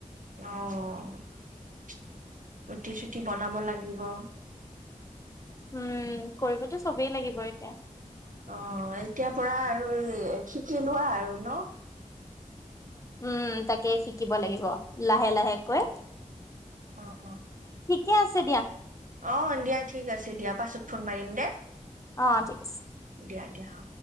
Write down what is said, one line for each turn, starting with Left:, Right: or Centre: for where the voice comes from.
Right: আহ। ৰুটি চুটি বনাব লাগিব।
Left: উম কৰিবতো চবেই লাগিব এতিয়া।
Right: অ এতিয়া পৰা আৰু শিকি লোৱা আৰু ন।
Left: উম তাকে শিকিব লাগিব। লাহে লাহে
Right: অ',
Left: কৈ,
Right: অ',
Left: ঠিকে আছে দিয়া।
Right: অ দিয়া ঠিক আছে দিয়া পাছত ফোন মাৰিম দে।
Left: অ ঠিক আছে।
Right: দিয়া দিয়া অ'।